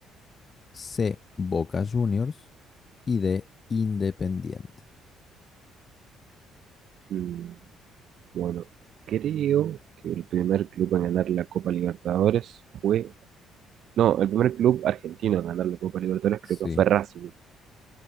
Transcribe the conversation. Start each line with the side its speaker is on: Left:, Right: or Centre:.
Left: C, Boca Juniors y D, Independiente.
Right: Mm, bueno, creo que el primer club en ganar la Copa Libertadores fue... No, el primer club argentino en ganar la Copa Libertadores creo
Left: Sí.
Right: que fue Racing.